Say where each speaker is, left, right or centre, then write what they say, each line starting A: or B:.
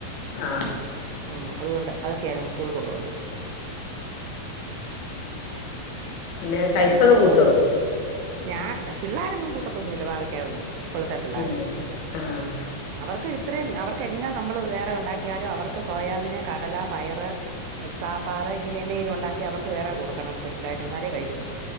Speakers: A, on the left; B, on the right.
A: ആ
B: ഉം അതുകൊണ്ട് അതൊക്കെയ ആരുന്നു സ്കൂളിൽ കൊണ്ട വന്ന്
A: പിന്നെ കയ്പപ്പൊക്കെ കൂട്ടോ
B: ഞാൻ പിള്ളോരങ്ങും കൂട്ടത്തൊന്നും വില്ല ഭാക്കാവന്ന ഇപ്പോഴത്തെ പിള്ളേർ
A: ഏഹ് ആഹ്
B: ഉ അവർക്ക് ഇത്രയും അവർക്ക് എന്നാ നമ്മൾ വേറെ ഉണ്ടാക്കിയാലും അവർക്ക് സോയാബീന് കടല പയറ് സാമ്പാർ ഇങ്ങനെങ്കും ഉണ്ടാക്കി അവർക്ക് വറെ കൊടുക്കണം സ്പെഷ്യലായിട്ട്ങ്ങാലെ കഴിക്കണം